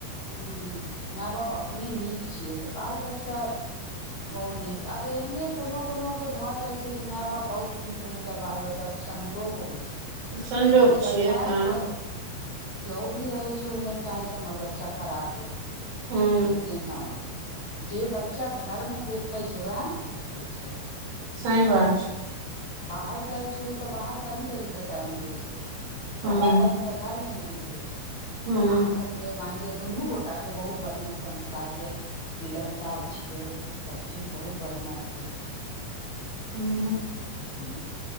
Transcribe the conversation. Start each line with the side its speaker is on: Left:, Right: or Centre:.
Left: हूं मै बाप अपने नीक छियै तऽ बाल बच्चा ओ नीक आब एहने कोनो कोनो के भऽ जाय छै जे माय बाप बहुत नीक रहे छै आ बाल बच्चा ऊं संजोग होइ छै
Right: संजोग
Left: नहि
Right: छियै
Left: तऽ खैर
Right: हँ
Left: कोई केओ भी रहै छै ओ नहि चाहै छै हमर बच्चा खराब हुए
Right: हूँ
Left: लेकिन जे बच्चा घरमे देखै छै वएह ने सीखै छै
Right: सही बात छै
Left: बाहर जाइ छै ओ तऽ बाहर कनि देरीके टाइम दै छै ज्यादा
Right: हूँ
Left: टाइम तऽ घरमे ही बितबै छै
Right: हूँ
Left: अहाँ सब तऽ के मानि लिअ दुनू गोटाके बहुत बढ़िआँ संस्कार यऽ त मिलनसार छियै सबचीज बहुत बढ़िआँ छै
Right: हू
Left: ह